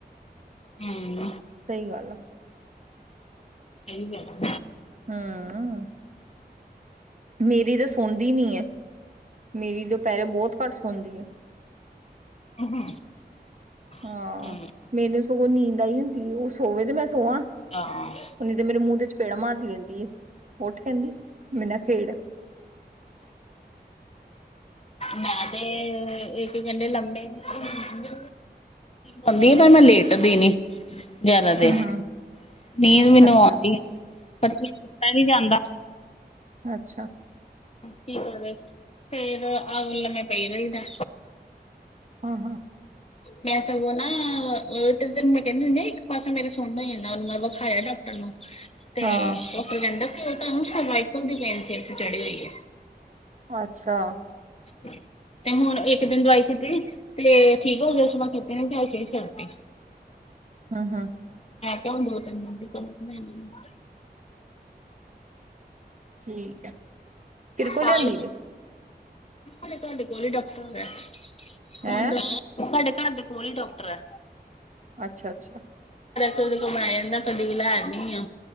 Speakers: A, on the left; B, on the right.
A: ਹੂੰ
B: ਸਹੀ ਗੱਲ ਆ
A: ਸਹੀ ਬਾਤ
B: ਹਮ ਮੇਰੀ ਤਾਂ ਸੌਦੀ ਨੀ ਏ ਮੇਰੀ ਦੁਪਹਿਰੇ ਬਹੁਤ ਘੱਟ ਹੁੰਦੀ ਏ
A: <unintelligible>
B: ਹਾਂ
A: ਹੂੰ
B: ਮੈਨੂੰ <unintelligible> ਉਹ ਨੀਂਦ ਆਈ ਹੁੰਦੀ ਉਹ ਸੋਵੇ ਤੇ ਮੈਂ ਸੋਵਾਂ
A: ਹਾਂ
B: ਓਨੇ ਤੇ ਮੇਰੇ ਮੂੰਹ ਤੇ ਚਪੇੜ ਮਾਰ ਰਹਿੰਦੀ ਉੱਠ ਕਹਿੰਦੀ ਮੇਰੇ ਨਾ ਖੇਡ
A: ਮੈਂ ਤੇ ਇੱਕ ਘੰਟੇ ਲੰਮੇ ਲੁਮੇ ਪੈਂਦੀ ਪਰ ਮੈਂ ਲੇਟ ਦੇ ਨੀ ਜਿਆਦਾ
B: ਹਮ
A: ਦੇਰ
B: ਹਮ
A: ਨੀਂਦ ਮੈਨੂੰ
B: ਅੱਛਾ,
A: ਆਂਦੀ ਆ ਮੇਰੇ ਤੋ ਸੁੱਤਾ ਨੀ ਜਾਂਦਾ
B: ਅੱਛਾ
A: ਕੀ ਕਰੇ ਫੇਰ ਆ ਕੇ ਲੰਮੇ ਪਈ ਰਹੀਦਾ
B: ਹਾਂ ਹਾਂ
A: ਮੈਂ ਸਗੋਂ ਨਾ ਤੇ ਤੈਨੂੰ ਮੈਂ ਕਹਿੰਦੀ ਹੁੰਦੀ ਆ ਇੱਕ ਪਾਸਾ ਮੇਰਾ ਸੁਨ ਹੋਈ ਜਾਂਦਾ ਉਹਨੂੰ ਮੈਂ ਵਿਖਾਇਆ ਡਾਕਟਰ ਨੂੰ ਤੇ
B: ਹਾਂ,
A: ਡਾਕਟਰ ਕਹਿੰਦਾ ਉਹ ਤੁਹਾਨੂੰ ਸਰਵਾਈਕਲ ਦੀ ਪੇਂਨ ਸਿਰ ਤੇ ਚੜ੍ਹੀ ਹੋਈ ਹੈ
B: ਅੱਛਾ
A: ਤੇ ਹੁਣ ਇੱਕ ਦਿਨ ਦਵਾਈ ਛੁੱਟੀ ਤੇ ਠੀਕ ਹੋ ਗਿਆ ਸੀ <unintelligible> ਤੇ ਅੱਜ ਫੇਰ ਛੱਡ ਤੀ
B: ਹਾਂ ਹਾਂ
A: ਕਿਉਂ ਦੋ ਤਿੰਨ ਮਹੀਨੇ ਖਾਦੀ ਸੀ ਹੂੰ <inaudible>
B: ਠੀਕ ਹੈ ਤੇਰੇ ਕੋਲ
A: ਤਾਂ
B: ਲਿਆਂਦੀ
A: ਹੀ
B: <unintelligible>
A: ਸਾਡੇ ਘਰ ਦੇ ਕੋਲ ਹੀ ਡਾਕਟਰ ਹੈਗਾ ਏ
B: ਹੈਂ,
A: <unintelligible> ਸਾਡੇ ਘਰ ਦੇ ਕੋਲ ਹੀ ਡਾਕਟਰ ਹੈ
B: ਅੱਛਾ ਅੱਛਾ
A: ਜਦੋਂ ਕੋਈ ਲੈ ਜਾਂਦਾ ਕਦੀ ਵੀ ਲੈ ਆਨੀ ਆ